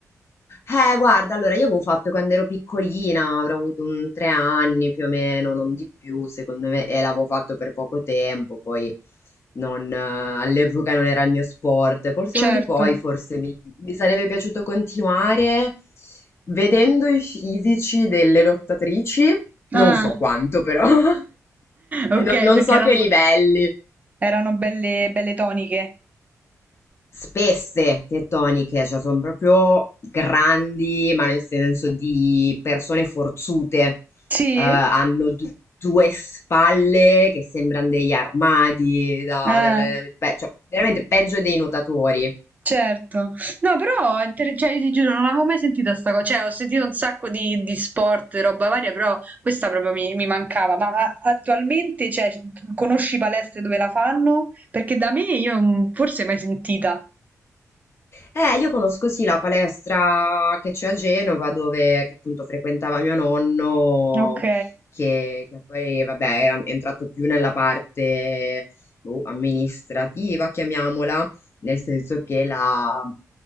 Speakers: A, on the left (about 45°); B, on the right (about 30°).
A: Eh, guarda, allora io avevo fatto quando ero piccolina, avrò avuto un tre anni più o meno, non di più, secondo me, e l'avevo fatto per poco tempo, poi non, eh, all'epoca non era il mio sport. Col seno
B: Certo.
A: di poi forse mi, mi sarebbe piaciuto continuare vedendo i fisici delle lottatrici, non
B: Ah.
A: so
B: <laughs>
A: quanto però, <laughs> E
B: Okay,
A: non non
B: perché
A: so
B: erano
A: che livelli.
B: erano belle belle toniche.
A: spesse che toniche, cioè sono proprio grandi, ma nel senso di persone forzute.
B: Sì?
A: Eh, hanno du- due spalle che sembrano degli armadi da-
B: Ah.
A: dall'allenamento, pe- cioè veramente peggio dei nuotatori.
B: Certo, no, però, è inter- cioè, ti giuro, non avevo mai sentito sta cosa, cioè, ho sentito un sacco di, di sport, roba varia, però questa proprio mi, mi mancava, ma a- attualmente, cioè, conosci palestre dove la fanno? Perché da me io mm, forse mai sentita.
A: Eh, io conosco sì la palestra che c'è a Genova, dove che appunto frequentava mio nonno,
B: Ok,
A: che, che poi vabbè era entrato più nella parte boh, amministrativa, chiamiamola, nel senso che la,